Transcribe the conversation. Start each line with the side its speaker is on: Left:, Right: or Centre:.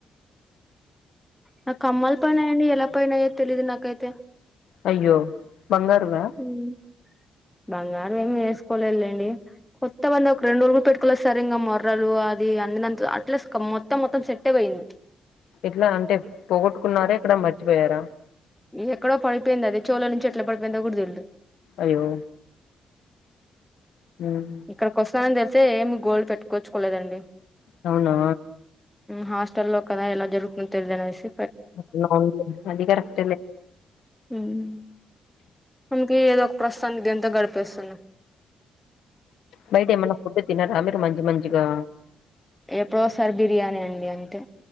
Centre: నా కమ్మలు పోయినాయండి ఎలా పోయినాయో తెలీదు నాకైతే
Left: అయ్యో బంగారువా
Centre: ఉమ్ బంగారం ఏమి వేసుకోలే లేండి కొత్తవండి ఒక రెండు రోజులు కూడా పెట్టు మక్కలో సరిగా మొర్రలు అది అన్ని దాని లో అట్లాస్ట్ మొత్తం మొత్తం సెట్టే పోయింది
Left: ఎట్లా అంటే పోగొట్టుకున్నారా ఎక్కడ మర్చిపోయారా
Centre: ఎక్కడో పడిపోయిందది చెవిలోంచి ఎట్లా పడిపోయిందో తెలీదు
Left: అయ్యో హ్మ్.
Centre: ఇక్కడికి వస్తానని తెలిసే ఏమి గోల్డ్ పెట్టుకోచ్చుకోలేదండి
Left: అవునా
Centre: హాస్టెల్లో లో కదా ఎలా జరుగుతుంది తెలిదనేసి
Left: <unintelligible>
Centre: హ్మ్ అంతే ఏదో ప్రస్తుతానికి దీనితో గడిపేస్తున్న
Left: బైట ఏమైనా ఫుడ్ తినరా మీరు మంచి మంచి గా
Centre: ఎప్పుడోసారి బిర్యానీ అండి అంతే